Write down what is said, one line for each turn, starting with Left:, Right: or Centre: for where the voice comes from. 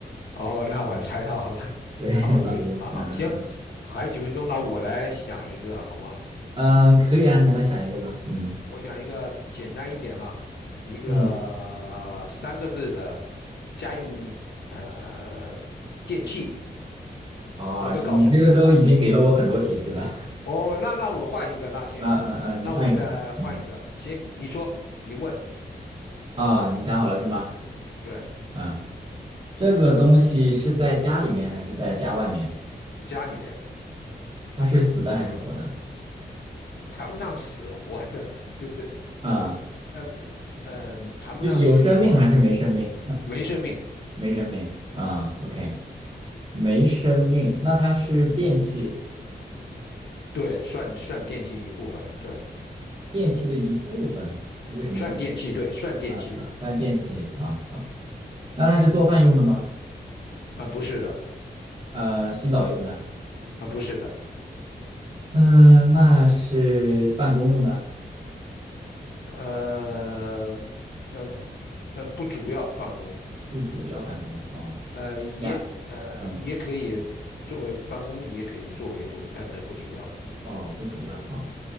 Left: 哦，那我猜到了，
Right: <laughs> 嗯，
Left: <laughs>
Right: 对
Left: 老鹰，
Right: <laughs> 老鹰，
Left: 哈哈，
Right: 嗯嗯嗯。
Left: 行，还有几分钟，那我来想一个，好吗？
Right: 呃，可以啊，你来想一个吧。嗯，
Left: 我想一个简单一点了，一个三个字的
Right: 嗯，
Left: 家用呃电器，
Right: 哦，
Left: 我都告诉你了。
Right: 你这个都已经给了我很多提示了。
Left: 哦，那那我换一个，那行，
Right: 嗯嗯嗯，
Left: 那我再换一个，
Right: 你换一个。嗯，
Left: 行，你说，你问，
Right: 啊、你想好了是吗？
Left: 对，
Right: 啊，这个东西是在家里面还是在家外面？
Left: 家里面
Right: 它是死的还是活的？
Left: 谈不上死活，这这这，
Right: 啊，
Left: 那那呃，呃谈不上死活，
Right: 有有生命还是没生命？
Left: 没生命，
Right: 没生命。啊，OK，没生命。那它是电器，
Left: 对，算算电器一部分，对，
Right: 电器的一部分。为什么这么？
Left: 算电器，对，算电器，
Right: 说？啊啊，算电器啊，好。那它是做饭用的吗？
Left: 啊、不是的，
Right: 呃，洗澡用的？
Left: 啊、不是的，
Right: 嗯，那是办公用的，
Left: 呃，呃，呃，不主要办公，
Right: 不主要办公。啊，
Left: 呃，也呃也可以作为办公，
Right: 两，嗯，
Left: 也可以作为一部分，但是不主要，
Right: 哦，不主要。好，